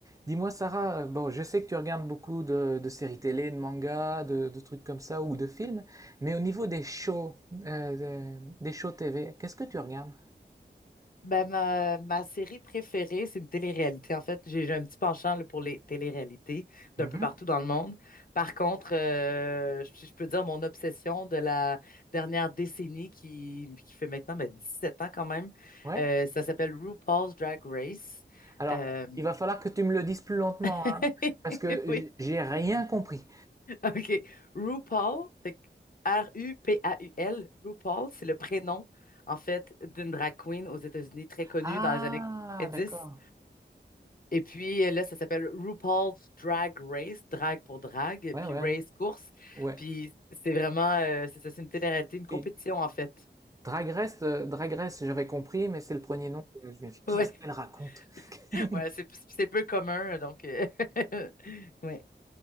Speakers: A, on the right; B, on the left.
A: Dis-moi, Sarah, euh, bon, je sais que tu regardes beaucoup de, de séries télé, de mangas, de, de trucs comme ça, ou de films, mais au niveau des shows, euh, de- des shows TV, qu'est-ce que tu regardes?
B: Ben, ma, ma série préférée, c'est une télé-réalité. En fait, j'ai j'ai un petit penchant là, pour les télé-réalités
A: Mhm.
B: d'un peu partout dans le monde. Par contre, euh, je, je peux dire mon obsession de la dernière décennie qui, qui fait maintenant ben, 17 ans quand même,
A: Ouais.
B: euh, ça s'appelle RuPaul's Drag Race.
A: Alors,
B: Euh,
A: il va falloir que tu me le dises plus lentement,
B: <laughs>
A: hein, parce que
B: Oui,
A: j- j'ai rien compris.
B: OK. RuPaul, fait que R-U-P-A-U-L, RuPaul, c'est le prénom, en fait, d'une drag queen aux États-Unis très connue
A: Ah,
B: dans les années dix
A: d'accord.
B: Et puis euh, là, ça s'appelle RuPaul's Drag Race, drag pour drag,
A: Ouais,
B: puis
A: ouais,
B: race course.
A: ouais.
B: Puis c'est vraiment, euh, c'est ça, c'est une télé-réalité, une compétition
A: Si.
B: en fait.
A: Drag Race, euh, Drag Race, j'avais compris, mais c'est le premier nom. que Je me dis, qu'est-ce
B: Ouais,
A: qu'elle raconte?
B: <laughs>
A: <laughs>
B: ouais, c'est c'est peu commun, donc euh, <laughs> ouais.